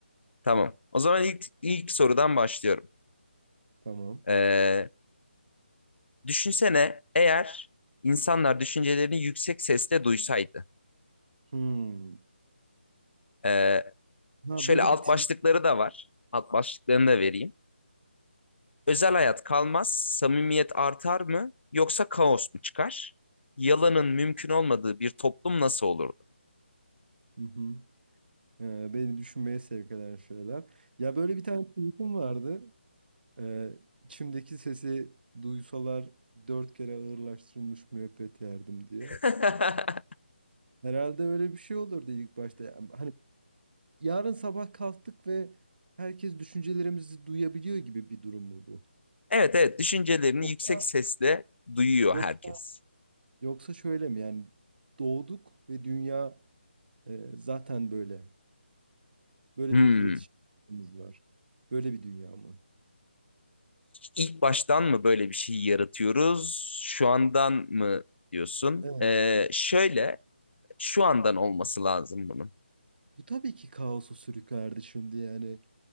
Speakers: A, on the left; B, on the right.
A: Tamam. O zaman ilk ilk sorudan başlıyorum.
B: Tamam.
A: Ee, düşünsene eğer insanlar düşüncelerini yüksek sesle duysaydı.
B: Hmm.
A: Ee,
B: Ha
A: Şöyle
B: böyle
A: alt
B: bir tweet.
A: başlıkları da var. Alt başlıklarını da vereyim. Özel hayat kalmaz, samimiyet artar mı yoksa kaos mu çıkar? Yalanın mümkün olmadığı bir toplum nasıl olurdu?
B: Hı hı. Ee, beni düşünmeye sevk eden şeyler. Ya böyle bir tane tweetim vardı. Ee, içimdeki sesi duysalar dört kere ağırlaştırılmış müebbet yerdim diye.
A: <laughs>
B: Herhalde öyle bir şey olur ilk başta. Yani Hani yarın sabah kalktık ve herkes düşüncelerimizi duyabiliyor gibi bir durum mu bu?
A: Evet evet düşüncelerini
B: Yoksa
A: yüksek sesle duyuyor
B: yoksa
A: herkes.
B: yoksa şöyle mi? Yani doğduk ve dünya e, zaten böyle. Böyle
A: Hmm.
B: bir iletişimimiz var. Böyle bir dünya mı?
A: İlk baştan mı böyle bir şey yaratıyoruz? Şu andan mı diyorsun?
B: Evet.
A: Ee, şöyle şu andan olması lazım bunun.
B: Bu tabii ki kaosu sürüklerdi şimdi yani.